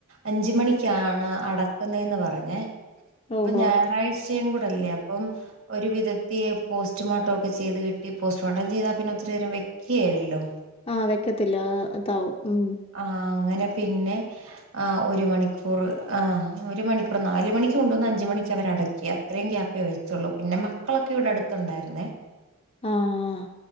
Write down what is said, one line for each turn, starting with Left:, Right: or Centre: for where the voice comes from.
Right: അഞ്ച് മണിക്കാണ് അടക്കുന്നതേ ന്ന് പ റഞ്ഞെ അപ്പൊ
Left: ഓഹോ.
Right: ഞായറാഴ്ചയും കൂടല്ലേ അപ്പം ഒരുവിധ തീ പോസ്റ്റ്മോർട്ടം ഒക്കെ ചെയ്ത് കിട്ടി പോസ്റ്റ്മോർട്ടം ചെയ്താൽ പിന്നെ ഒത്തിരി നേരം വെയ്ക്കേലല്ലോ
Left: ആഹ് വെക്കത്തില്ല ഇതാവും ഉം
Right: ആ അങ്ങനെ പിന്നെ ആ ഒരു മണിക്കൂർ ആ ഒരു മണി ക്കൂറ് നാല് മണിക്ക് കൊണ്ടുവന്ന് അഞ്ച് മണിക്ക് അവരടക്യ അത്രയും ഗ്യാപ്പേ വെച്ചുള്ളൂ പിന്നെ മക്കളൊക്കെ ഇവിടെടുത്തുണ്ടായിരുന്നേ
Left: ആഹ്